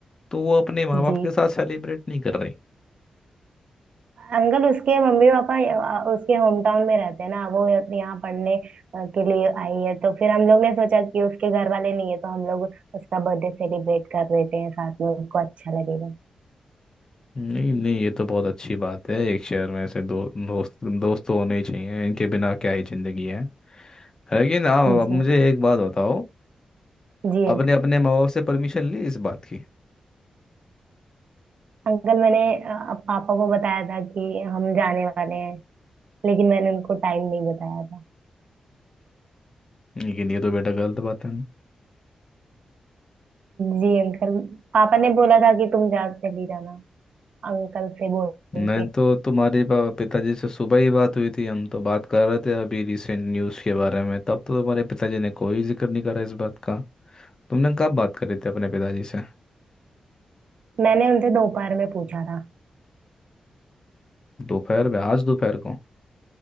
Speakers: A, on the left (about 30°); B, on the right (about 65°).
A: तो वो अपने माँ बाप
B: जी
A: के साथ सेलिब्रेट नहीं कर रही
B: अंकल उसके मम्मी पापा यहाँ- उसके होम टाउन में रहते हैं ना वो यहाँ पढ़ने अ, के लिए आई है तो फिर हम लोग ने सोचा कि उसके घर वाले नहीं है तो हम लोग उसका बर्थडे सेलिब्रेट कर देते हैं साथ में उसको अच्छा लगेगा
A: नहीं नहीं ये तो बहुत अच्छी बात है एक शहर में ऐसे दो दोस्त दोस्त तो होने ही चाहिए इनके बिना क्या ही जिंदगी है लेकिन आप
B: जी
A: अब मुझे एक बात बताओ
B: जी
A: अपने
B: अंकल
A: अपने माँ बाप से परमिशन ली इस बात की
B: अंकल मैंने अ, पापा को बताया था कि हम जाने वाले हैं लेकिन मैंने उनको टाइम नहीं बताया था
A: लेकिन ये तो बेटा गलत बात है ना
B: जी अंकल पापा ने बोला था कि तुम जा चली जाना अंकल से बोल
A: मैं
B: के
A: तो तुम्हारे पा- पिताजी से सुबह ही बात हुई थी हम तो बात कर रहे थे अभी रिसेंट न्यूज़ के बारे में तब तो तुम्हारे पिताजी ने कोई जिक्र नहीं करा इस बात का तुमने कब बात करी थी अपने पिताजी से
B: मैंने उनसे दोपहर में पूछा था
A: दोपहर में आज दोपहर को